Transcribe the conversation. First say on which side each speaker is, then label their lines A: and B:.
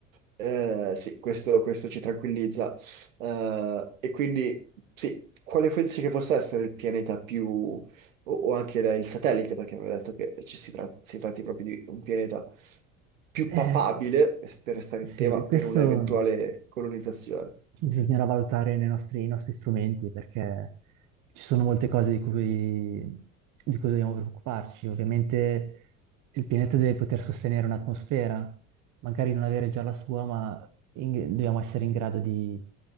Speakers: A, on the right; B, on the right.
A: Eh, sì, questo, questo ci tranquillizza. Eh, e quindi, sì, quale pensi che possa essere il pianeta più, o, o anche la- il satellite, perché avevo detto che ci si, tra- si tratti proprio di un pianeta più
B: Eh,
A: papabile, eh, per restare
B: sì,
A: in tema,
B: questo.
A: per un'eventuale colonizzazione?
B: bisognerà valutare nei nostri, i nostri strumenti perché ci sono molte cose di cui, di cui dobbiamo preoccuparci. Ovviamente il pianeta deve poter sostenere un'atmosfera, magari non avere già la sua, ma in- dobbiamo essere in grado di,